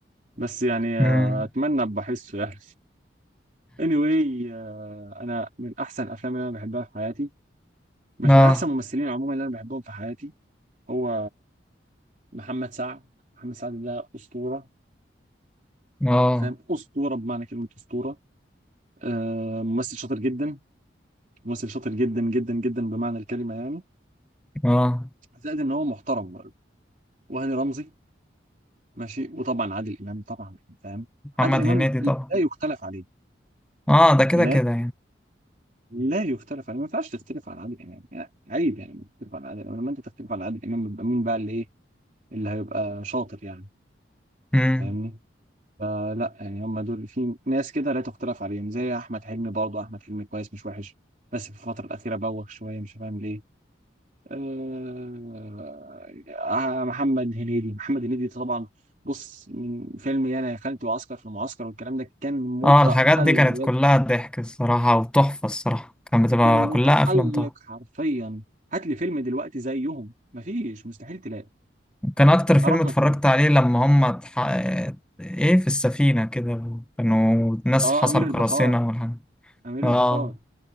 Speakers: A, on the right; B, in the centre.
A: بس يعني آه،
B: امم
A: اتمنى بحسه يعني anyway آه، انا من احسن الافلام اللي انا بحبها في حياتي مش
B: اه
A: من احسن الممثلين عموما اللي انا بحبهم في حياتي هو محمد سعد محمد سعد ده اسطوره
B: اه
A: فاهم اسطوره بمعنى كلمه اسطوره آه، ممثل شاطر جدا ممثل شاطر جدا جدا جدا بمعنى الكلمه يعني
B: اه
A: زائد ان هو محترم برضه وهاني رمزي ماشي وطبعا عادل امام طبعا فاهم عادل
B: محمد
A: امام
B: هنيدي طبعا
A: لا يختلف عليه
B: اه ده كده
A: لا
B: كده
A: لا يختلف عليه ما ينفعش تختلف على عادل امام يعني عيب يعني إنك تختلف على عادل امام لما انت تختلف على عادل امام يبقى مين بقى اللي ايه اللي هيبقى شاطر يعني
B: يعني
A: فاهمني فلا يعني هم دول في ناس كده لا تختلف عليهم زي احمد حلمي برضه احمد حلمي كويس مش وحش بس في الفتره الاخيره بوخ شويه مش فاهم ليه آه، آه، محمد هنيدي محمد هنيدي طبعا بص من فيلم يانا يا خالتي وعسكر في المعسكر والكلام ده كان متألق
B: اه الحاجات دي كانت كلها ضحك الصراحة وتحفة الصراحة كانت بتبقى
A: كان متألق
B: كلها أفلام طبعا
A: حرفيا هات لي فيلم دلوقتي زيهم مفيش مستحيل تلاقي
B: كان أكتر فيلم
A: اراهنك
B: اتفرجت
A: تلاقي
B: عليه لما هم اتح... إيه في السفينة كده كانوا ناس
A: اه
B: حصل
A: امير البحار
B: قراصنة والحاجة
A: امير
B: اه
A: البحار